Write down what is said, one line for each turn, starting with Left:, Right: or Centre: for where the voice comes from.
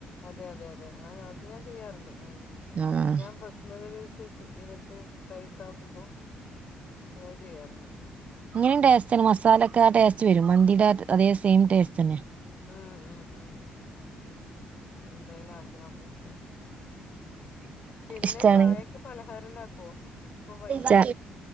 Left: അതെ അതെ അതെ ആഹ് അത് ഞാൻ ചെയ്യാറുണ്ട് ഉം
Right: ആഹ്
Left: ഞാമം പ്ല സ്മറവേസ് ഇവർക്ക് പൈസ ആക്കുമ്പോ അങ്ങനെ ചെയ്യാറുണ്ട്
Right: ഇങ്ങനേം ടേസ്റ്റ് ആണ് മസാലൊക്കെ ആഹ് ടെസ്റ്റ് വെരും മന്തിയുടെ അതേ സെയിം ടേസ്റ്റന്നെ
Left: ആഹ് ആഹ് ആഹ് എന്തായാലും ആക്കി നോക്കണം പിന്നെ
Right: ഇഷ്ട്ടാണ്
Left: ചായക്ക് പലഹാരല്ലാക്കുവോ ഇപ്പൊ വൈകുന്നേരം
Right: ച്ച